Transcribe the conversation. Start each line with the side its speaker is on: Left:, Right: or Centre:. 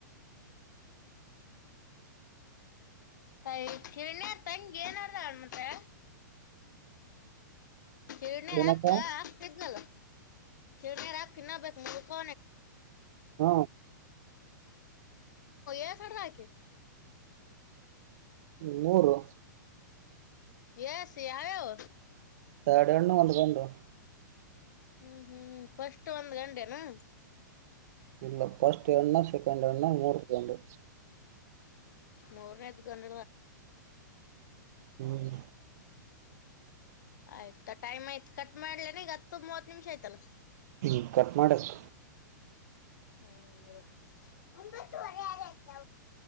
Left: ಅಯ್ ಕೇಳಣ್ಣ ತಂಗಿ ಏನಾರ ಮತ್ತೆ ಏನಾರ
Right: ಏನಕ್ಕ
Left: ಹಾಕ್ಕ ಹಾಕಿದಲ್ಲ ಏನಾರ ಹಾಕಿ ತಿನ್ನಬೇಕು
Right: ಹ್ಮ
Left: ಎಷ್ಟು ಸಾಲ ಹಾಕಿ
Right: ಮೂರು
Left: ಯಾವ್ಯಾವು
Right: ಎರಡು ಹೆಣ್ಣು ಎರಡು ಗಂಡು
Left: ಹ್ಮ್ ಹ್ಮ್ ಫಸ್ಟ್ ಒಂದ್ ಗಂಡೇನು
Right: ಇಲ್ಲ ಫಸ್ಟ್ ಹೆಣ್ಣಾ ಸೆಕೆಂಡ್ ಹೆಣ್ಣಾ ಮೂರು ಗಂಡು
Left: ಮೂರನೇದು ಗಂಡ
Right: ಹ್ಮ್
Left: ಆಯ್ತ ಟೈಮ್ ಆಯ್ತತ್ ಕಟ್ ಮಾಡ್ಲೇನೆ ಈಗ ಹತ್ತು ಮೂವತ್ ನಿಮಿಷ ಆಯತಲ್ಲ
Right: ಹ್ಮ ಕಟ್ ಮಾಡರಿ
Left: ಹ್ಮ್ ಒಂಬತ್ತುವರೆ ಆಯ್ತು